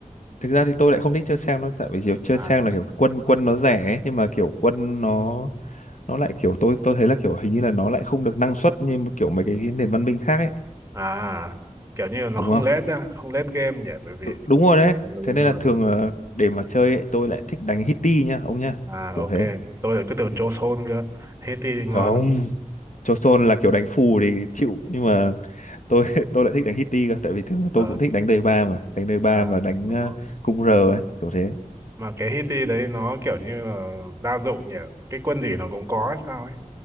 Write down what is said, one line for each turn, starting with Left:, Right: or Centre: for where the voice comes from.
Left: thực ra thì tôi lại không thích chơi sang đâu tại vì kiểu chơi
Right: À,
Left: sang là kiểu quân quân nó rẻ ấy, nhưng mà kiểu quân nó nó lại kiểu tôi tôi thấy là kiểu hình như là nó lại không được năng suất như kiểu mấy cái nền văn minh khác ấy
Right: à, kiểu như là nó
Left: đúng
Right: không
Left: không
Right: lết nhá, không lết game nhỉ, bởi vì
Left: Đú- đúng rồi đấy
Right: Ừ,
Left: thế
Right: đúng
Left: nên là
Right: rồi,
Left: thường
Right: đúng rồi.
Left: là để mà chơi ấy, tôi lại thích đánh hitty nhá ông nhá
Right: à
Left: kiểu
Right: ok
Left: thế
Right: tôi lại cứ tưởng Joe Son cơ Haiti ngon
Left: không
Right: à,
Left: cho là kiểu đánh phù thì chịu nhưng mà tôi <laughs> tôi lại thích đánh hitty cơ tại vì thường là
Right: Ờ,
Left: tôi cũng thích đánh đời ba mà đánh đời ba
Right: à
Left: và đánh
Right: đúng
Left: ờ,
Right: rồi
Left: cung r ấy kiểu thế
Right: mà cái Haiti đấy nó kiểu như là đa dụng nhỉ cái quân gì nó cũng có hay sao ấy